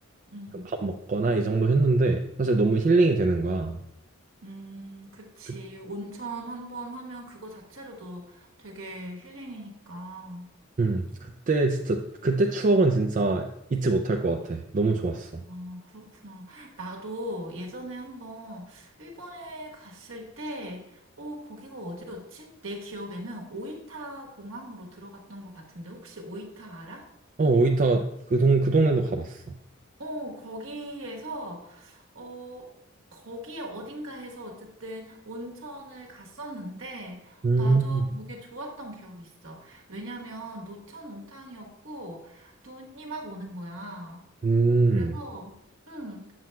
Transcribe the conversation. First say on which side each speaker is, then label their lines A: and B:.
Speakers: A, on the right; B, on the right.
A: 음,
B: 밥 먹거나 이 정도 했는데 사실 너무 힐링이 되는 거야.
A: 음, 그치.
B: 그,
A: 온천 한번 하면 그거 자체로도 되게 힐링이니까.
B: 음, 그때 진짜 그때 추억은 진짜 잊지 못할 것 같아. 너무 좋았어.
A: 아, 그렇구나. 나도 예전에 한번 일본에 갔을 때, 어, 거기가 어디였지? 내 기억에는 오이타 공항으로 들어갔던 것 같은데, 혹시 오이타 알아?
B: 어, 오이타 그 동, 그 동네도 가봤어.
A: 어, 거기에서, 어, 거기에 어딘가에서 어쨌든 온천을 갔었는데,
B: 음,
A: 나도 되게 좋았던 기억이 있어. 왜냐면 노천 온탕이었고, 눈이 막 오는 거야.
B: 음.
A: 그래서, 음,